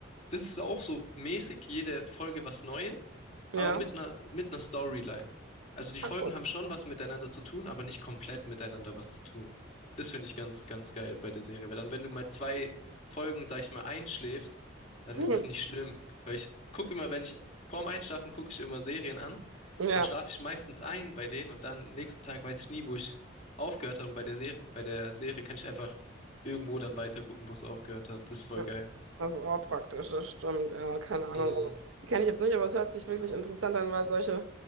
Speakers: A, on the left (about 35°); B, on the right (about 80°).
A: Das ist auch so mäßig, jede Folge was Neues,
B: Ja.
A: aber mit einer, mit einer Storyline. Also die
B: Ach,
A: Folgen
B: cool.
A: haben schon was miteinander zu tun, aber nicht komplett miteinander was zu tun. Das finde ich ganz, ganz geil bei der Serie, weil dann, wenn du mal zwei Folgen, sag ich mal, einschläfst, dann
B: <laughs>
A: ist es nicht schlimm. Weil ich gucke immer, wenn ich vorm Einschlafen gucke ich immer Serien an,
B: Hm. Ja.
A: dann schlafe ich meistens ein bei denen und dann nächsten Tag weiß ich nie, wo ich aufgehört habe. Und bei der Serie, bei der Serie kann ich einfach irgendwo dann weitergucken, wo es aufgehört hat. Das ist voll
B: Ja.
A: geil.
B: Das ist auch praktisch, das stimmt. Ja, keine Ahnung.
A: Mm,
B: Also, die kenne ich jetzt nicht, aber es hört sich wirklich interessant an, weil solche